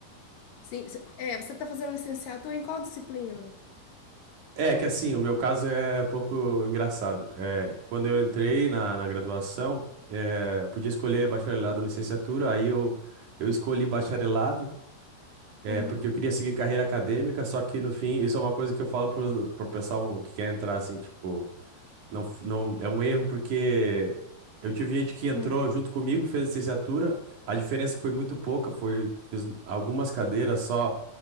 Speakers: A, on the left; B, on the right.
A: sim. se- É, você tá fazendo licenciatura em qual disciplina?
B: É que assim, o meu caso é um pouco engraçado. É, quando eu entrei na, na graduação, é, podia escolher bacharelado ou licenciatura, aí eu, eu escolhi bacharelado, é,
A: Uhum.
B: porque eu queria seguir carreira acadêmica, só que no fim, isso é uma coisa que eu falo pro, pro pessoal que quer entrar, assim, tipo, não, f- não, é um erro, porque eu tive gente que entrou
A: Ah,
B: junto comigo, fez licenciatura, a diferença foi muito pouca, foi, fiz algumas cadeiras só